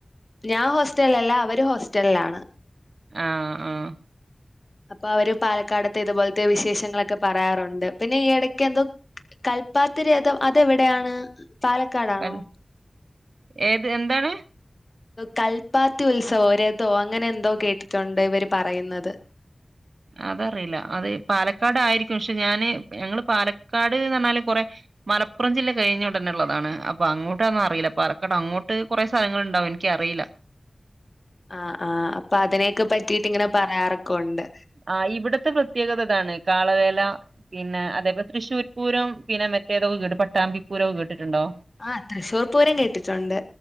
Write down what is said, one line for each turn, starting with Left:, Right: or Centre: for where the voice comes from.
Left: ഞാൻ ഹോസ്റ്റൽലല്ല അവര് ഹോസ്റ്റൽലാണ്
Right: ആഹ് ആഹ്
Left: അപ്പവര് പാലക്കാടത്തെ ഇതുപോൽത്തെ വിശേഷങ്ങളൊക്കെ പറയാറുണ്ട് പിന്നെ ഈയിടക്കെന്തോ കൽപ്പാത്തിരേതം അതെവിടെയാണ് പാലക്കാടാണോ?
Right: കൽ ഏത് എന്താണ്?
Left: കൽപ്പാത്തി ഉത്സവോ രഥോ അങ്ങനെ എന്തോ കേട്ടിട്ടുണ്ട് ഇവര് പറയുന്നത്
Right: അതറിയില്ല അത് പാലക്കാടായിരിക്കും പക്ഷെ ഞാന് ഞങ്ങള് പാലക്കാട്ന്നർഞ്ഞാല് കൊറെ മലപ്പുറം ജില്ല കഴിഞ്ഞ് ഉടനെ ഉള്ളതാണ് അ അപ്പൊ അങ്ങോട്ടന്നറിയില്ല പാലക്കാട് അങ്ങോട്ട് കുറെ സ്ഥലങ്ങളുണ്ടാവും എനിക്കറിയില്ല
Left: ആഹ് ആഹ് അപ്പൊ അതിനെയൊക്കെ പറ്റിട്ട് ഇങ്ങനെ പറയാറൊക്കെ ഉണ്ട്
Right: ആഹ് ഇവിടത്തെ പ്രത്യേകത അതാണ് കാളവേല പിന്നെ അതേപോലെ തൃശൂർ പൂരം പിന്നെ മറ്റേതൊക്കെ കേട്ട് പട്ടാമ്പിപൂരൊക്കെ കേട്ടിട്ടുണ്ടോ
Left: ആഹ് തൃശ്ശൂർ പൂരം കേട്ടിട്ടുണ്ട്